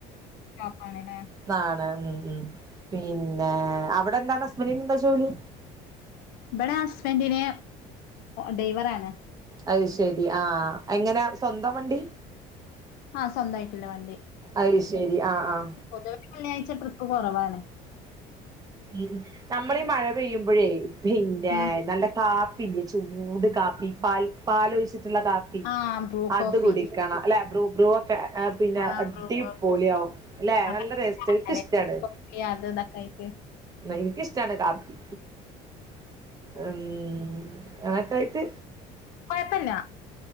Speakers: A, on the left; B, on the right.
A: ഷോപ്പാണല്ലേ
B: ന്നാണ് ഉം ഉം പിന്നെ അവിടെ എന്താണ് ഹസ്ബന്റിനെന്താ എന്താ ജോലി
A: ഇവിടെ ഹസ്ബൻഡിന് ഡൈവറാണ്
B: അത് ശെരി ആഹ് എങ്ങനെ സ്വന്തം വണ്ടി
A: ആഹ് സ്വന്തമായിട്ടുള്ള വണ്ടി
B: അത് ശരി ആ ആ
A: പൊതുവെ വെള്ളിയാഴ്ച ട്രിപ്പ് കുറവാണ്
B: ഉം നമ്മളീ മഴ പെയ്യുമ്പോഴേ പിന്നെ
A: ഉം
B: നല്ല കാ പില്ലേ ചൂട് കാപ്പി പാൽ പാല് ഒഴിച്ചിട്ടുള്ള കാപ്പി
A: ആഹ് ബ്രൂ
B: അത്
A: കോഫി
B: കുടിക്കണം അല്ലേ ബ്രൂ ബ്രൂക്കെ പിന്നെ
A: ആഹ്
B: അടി
A: ബ്രൂ കോഫി
B: പോളി ആവും അല്ലെ
A: അപ്പൊ
B: നല്ല ടേസ്റ്റ്
A: അതെ
B: ഇഷ്ടാണ്
A: ബ്രൂ കോഫി അത് ദാക്കായിക്ക
B: എനിക്ക് ഇഷ്ട്ടാണ് കാപ്പി ഉം എനക്കായിട്ട്
A: കുഴപ്പില്ല